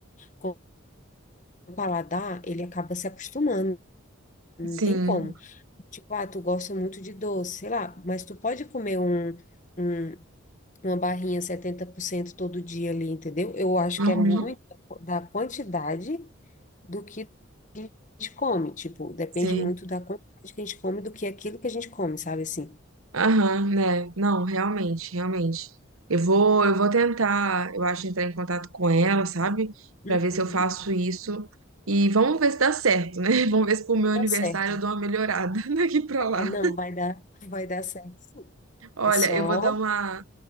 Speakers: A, on the left (about 35°); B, on the right (about 90°).
A: com o paladar, ele acaba se acostumando, não
B: Sim.
A: tem como. Tipo, ah, tu gosta muito de doce, sei lá, mas tu pode comer um, um- uma barrinha 70% todo dia ali, entendeu? Eu acho
B: Uhum.
A: que é muito da quantidade do que a gente come, tipo, depende
B: Sei.
A: muito da quantidade que a gente come do que aquilo que a gente come, sabe assim?
B: Aham, né? Não, realmente, realmente. Eu vou, eu vou tentar, eu acho, entrar em contato com ela, sabe?
A: Uhum,
B: Pra ver se eu faço isso. E vamos ver se dá certo, né? <laughs> Vamos ver se pro meu
A: vai
B: aniversário
A: dar certo.
B: eu dou uma melhorada <laughs> daqui pra
A: É,
B: lá.
A: não, vai dar, <laughs> vai dar certo, sim.
B: Olha,
A: É só,
B: eu vou dar uma.